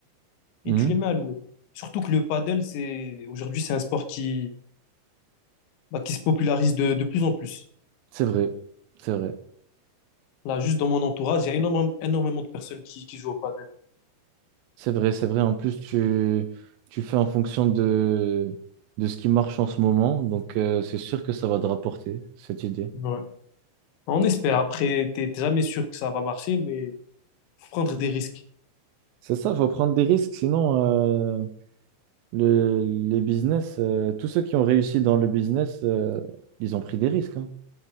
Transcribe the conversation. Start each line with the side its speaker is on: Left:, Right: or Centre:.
Right: Mhm.
Left: et tu les mets à louer. Surtout que le paddle, c'est aujourd'hui, c'est un sport qui, bah, qui se popularise de, de plus en plus.
Right: C'est vrai, c'est vrai,
Left: Là, juste dans mon entourage, il y a énormément, énormément de personnes qui, qui jouent au paddle.
Right: c'est vrai, c'est vrai. En plus, tu, tu fais en fonction de, de ce qui marche en ce moment, donc euh, c'est sûr que ça va te rapporter, cette idée.
Left: Ouais. On espère. Après, t'es t'es jamais sûr que ça va marcher, mais faut prendre des risques.
Right: C'est ça, il faut prendre des risques, sinon euh, le- les business, euh, tous ceux qui ont réussi dans le business, euh, ils ont pris des risques, hein.